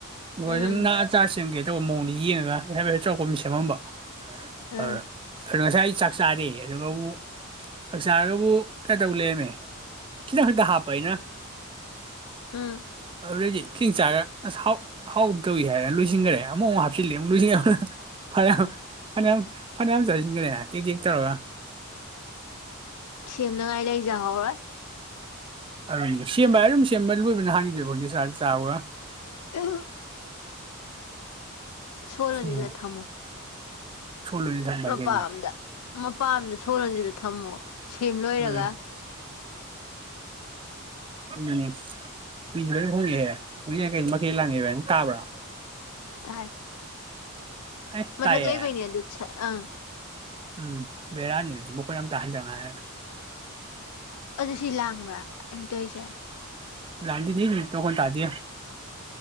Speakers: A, on the right (about 25°); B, on the left (about 90°).
A: ꯍꯣꯏ
B: ꯎꯝ
A: ꯑꯆꯥꯁꯤꯒꯦ ꯑꯆꯧꯕ ꯃꯑꯣꯡꯗ ꯌꯦꯡꯉꯒ ꯑꯩ ꯍꯥꯏꯦ ꯆꯥꯎꯔꯥꯛꯄ ꯃꯤꯁꯦꯝ ꯑꯃꯝꯕ
B: ꯎꯝ
A: ꯑꯣ ꯉꯁꯥꯏ ꯆꯥꯛ ꯆꯥꯔꯦ ꯑꯗꯨꯒꯕꯨ ꯆꯥꯛ ꯆꯥꯔꯒꯕꯨ ꯀꯩꯇꯧ ꯂꯦꯝꯔꯃꯦ ꯈꯤꯇꯪ ꯈꯛꯇ ꯍꯥꯞꯄ ꯑꯩꯅ
B: ꯎꯝ
A: ꯑꯗꯨꯗꯩꯗꯤ ꯈꯤꯦꯡ ꯆꯥꯒꯁꯥꯎ ꯍꯥꯎ ꯇꯧꯏ ꯍꯥꯏꯅ ꯂꯣꯏꯁꯤꯟꯈꯦ ꯑꯃꯨꯛꯨꯛ ꯍꯥꯞꯆꯤꯂꯦꯨꯛ ꯂꯣꯏ ꯐꯅ ꯐꯅꯌꯥꯝ ꯐꯅꯌꯥꯝ ꯑꯃ ꯆꯖꯤꯟꯒꯔꯦ ꯇꯛ‌ꯇꯛ ꯇꯧꯔ
B: ꯁꯦꯝꯅꯉꯥꯏ ꯂꯩꯖꯍꯧꯔꯣꯏ
A: ꯑꯗꯨ ꯁꯦꯝꯕ ꯍꯥꯏ ꯑꯗꯨꯝ ꯁꯦꯝꯕ ꯂꯣꯏꯕꯅ ꯍꯥꯡꯈꯤꯗꯦꯕꯀꯣꯗꯤ ꯁꯥ ꯆꯥꯎꯒ
B: ꯑ ꯁꯣꯂꯣꯟꯖꯤꯜꯂ
A: ꯎꯝ
B: ꯊꯝꯃꯣ
A: ꯁꯣꯜꯂꯣꯏꯅ ꯊꯝꯕ
B: ꯃꯄꯥ
A: ꯍꯥꯏ ꯀꯩꯅꯣ
B: ꯑꯝꯗ ꯃꯄꯥꯝꯗ ꯁꯣꯔꯣꯟꯁꯤꯗ ꯊꯝꯃꯣ ꯁꯦꯝ ꯂꯣꯏꯔꯒ
A: ꯎꯝ ꯎꯝ ꯃꯤꯁꯨ ꯂꯣꯏ ꯍꯣꯡꯉꯦꯍꯦ ꯍꯧꯖꯤꯛ ꯀꯩ ꯃꯈꯩ ꯂꯥꯡꯉꯦꯅ ꯇꯥꯕ꯭ꯔꯥ
B: ꯊꯥꯏ
A: ꯑꯩ
B: ꯃꯊꯛ
A: ꯇꯥꯏꯌꯦ
B: ꯂꯩꯕꯩꯅꯤ ꯑꯗꯨ ꯑꯥ
A: ꯎꯝ ꯕꯦꯔꯥꯅꯤꯗꯨꯗꯤ ꯃꯈꯣꯏꯅ ꯌꯥꯝ ꯇꯥꯍꯟꯖꯉꯥꯏ ꯍꯥꯏꯔꯅ
B: ꯑꯗꯨ ꯁꯤ ꯂꯥꯡꯕ꯭ꯔꯥ ꯑꯩꯇꯣꯏꯁꯦ
A: ꯥꯂꯥꯡꯒꯤꯗꯩ ꯃꯤ ꯀꯣꯟ ꯇꯥꯗꯤ ꯑꯗ